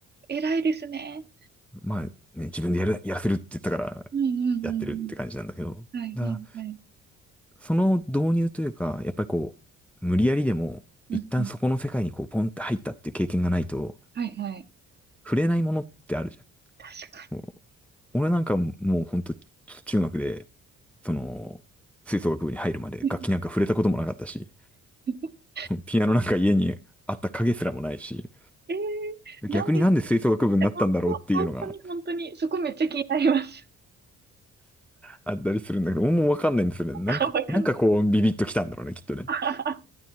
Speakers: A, on the right; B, in the centre.
A: 偉いですね。
B: まあね、自分でやる、やらせるって言ったから
A: うんうんうん
B: やってるって感じなんだけど、
A: うん。はいはいはい。
B: だからその導入というか、やっぱりこう、無理やりでも、
A: うんうん。
B: 一旦そこの世界にこう、ポンって入ったっていう経験がないと、
A: はいはい。
B: 触れないものってあるじゃ
A: 確か
B: ん。もう、俺なんかもうほんと、中学で、その、吹奏楽部に入るまで楽器なんか触れたこともなかったし、
A: に。<laughs>
B: ピアノなんか家にあった影すらもないし、
A: えー、なんで、
B: 逆になんで吹奏楽部になったんだろうっていうのが
A: え本当、本当に本当に、そこめっちゃ気になります。
B: あったりするんだけど、もうわかんないんですよね。
A: <laughs>
B: なんか、
A: あ、わかんな
B: なんかこう、ビビッときたんだろうね、きっとね。
A: い。<laughs>